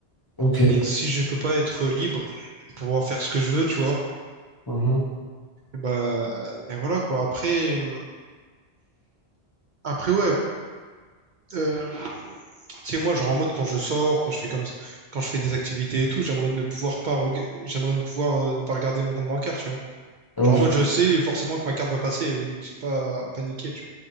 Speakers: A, on the left (about 30°); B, on the right (about 55°).
A: Ok.
B: Donc si je peux pas être libre pour pouvoir faire ce que je veux, tu vois,
A: Mhm.
B: bah, ben voilà quoi. Après, euh, après ouais, euh, tu sais moi, genre en mode quand je sors, quand je fais comme, quand je fais des activités et tout, j'aimerais ne pouvoir pas, rega- j'aimerais ne pouvoir euh, ne pas regarder mon compte bancaire, tu vois.
A: Ok.
B: Genre en mode je sais forcément que ma carte va passer et que j'ai pas à paniquer, tu